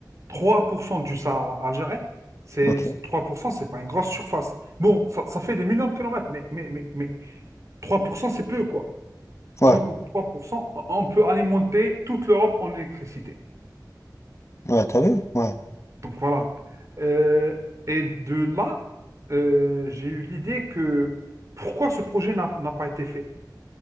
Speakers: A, on the right; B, on the left.
A: 3% du Sahara algérien, c'est
B: Ok.
A: 3%, c'est pas une grosse surface. Bon, ça, ça fait des millions de kilomètres, mais, mais, mais, mais 3%, c'est peu, quoi. Si
B: Ouais.
A: on coupe 3%, on peut alimenter toute l'Europe en électricité.
B: Ouais, t'as vu? Ouais.
A: Donc voilà. Euh, et de là, euh, j'ai eu l'idée que pourquoi ce projet n'a n'a pas été fait?